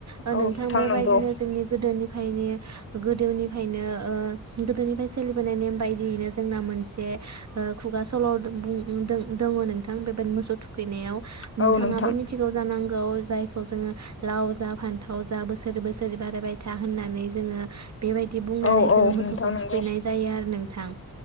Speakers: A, on the right; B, on the left.
A: ओ
B: औ
A: नोंथां बेबायदिनो
B: नंगौ
A: जोंनि गोदोनिफ्रायनो गोदोनिफ्रायनो ओ गोदोनिफ्राय सोलिबोनाय नेम बायदियैनो जोंना मोनसे ओ खुगा सल' दों-बुं दों-दोंङो नोंथां बेबायदि मोसौ थुखैनायाव नोंथाङाबो
B: औ नोंथां
A: मिथिगौ जानांगौ जायखौ जोङो लाव जा फान्थाव जा बोसोर बोसोर बोसोरै बारायबाय था होननानै जोङो बेबायदि बुंनानै
B: औ
A: जोङो
B: औ
A: मोसौखौ
B: नोंथां नंगौ
A: थुखैनाय जायो आरो नोंथां